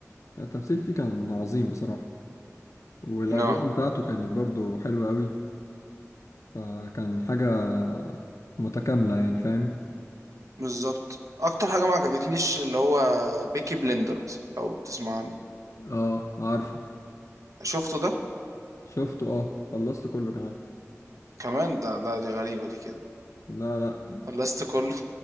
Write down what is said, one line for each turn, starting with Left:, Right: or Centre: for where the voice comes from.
Left: التمثيل فيه كان عظيم بصراحة والاجواء
Right: اه
Left: بتاعته كانت برضو حلوة قوي فكان حاجة متكاملة يعني فاهم
Right: بالظبط اكتر حاجة ما عجبتنيش اللي هو بيكي بلندرز او تسمع عنه
Left: اه عارفه
Right: شفته ده
Left: شفته اه خلصت كله كمان
Right: كمان ده لا دي غريبة دي كده
Left: لا لا
Right: خلصت كله